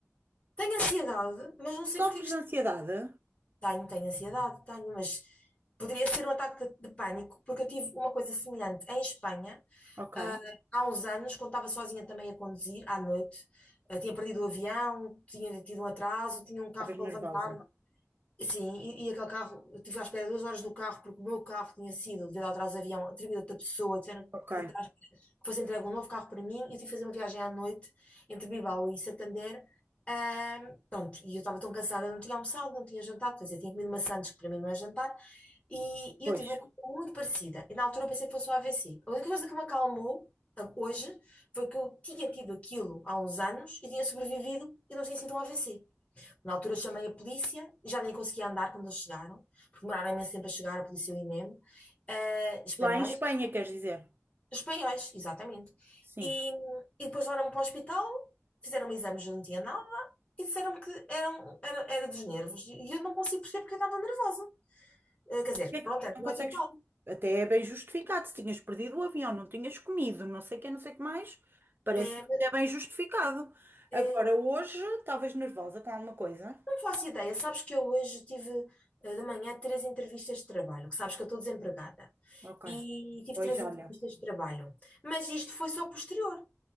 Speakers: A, on the left; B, on the right.
A: Tenho ansiedade, mas não sei
B: Sofres
A: porque é que. isto-
B: de ansiedade?
A: Tenho, tenho ansiedade, tenho, mas poderia ser um ataque de, de pânico, porque eu tive uma coisa semelhante em Espanha.
B: Ok,
A: Ah, há uns anos, quando estava sozinha também a conduzir, à noite, ah, tinha perdido o avião, tinha tido um atraso, tinha um carro
B: talvez
A: para
B: nervosa.
A: levantar. E Sim, e, e aquele carro, eu estive à espera duas horas do carro, porque o meu carro tinha sido, devido ao atraso do avião, atribuído a outra pessoa, tiveram
B: Ok,
A: que estar foi-se entregue um novo carro para mim e eu tive que fazer uma viagem à noite entre Bilbao e Santander. Ahm, pronto, e eu estava tão cansada, não tinha almoçado, não tinha jantado, quer dizer, tinha comido maçãs, que para mim não é jantar, e,
B: pois.
A: e eu tive uma coisa muito parecida. E na altura eu pensei que fosse o AVC. A única coisa que me acalmou a- hoje foi que eu tinha tido aquilo há uns anos e tinha sobrevivido e não tinha sido um AVC. Na altura eu chamei a polícia, já nem conseguia andar quando eles chegaram, porque demoraram imenso tempo a chegar, a polícia e o INEM, eh, espanhóis,
B: Lá em Espanha, queres dizer?
A: Espanhóis, exatamente.
B: Sim.
A: E, e depois levaram-me para o hospital, fizeram-me exames, eu não tinha nada, e disseram-me que eram, era, era dos nervos. E eu não consigo perceber porque eu estava nervosa. Eh, Quer dizer,
B: Porque é
A: pronto,
B: que
A: era
B: não
A: noite
B: consegues?
A: e tal.
B: Até é bem justificado. Se tinhas perdido o avião, não tinhas comido, não sei o que, não sei o que mais, parece
A: Eh,
B: até
A: mas,
B: bem justificado.
A: eh,
B: Agora, hoje, estavas nervosa com alguma coisa?
A: não faço ideia. Sabes que eu hoje tive eh, de manhã três entrevistas de trabalho, que sabes que eu estou desempregada.
B: Ok.
A: E tive
B: Pois
A: três
B: olha.
A: entrevistas de trabalho. Mas isto foi só posterior.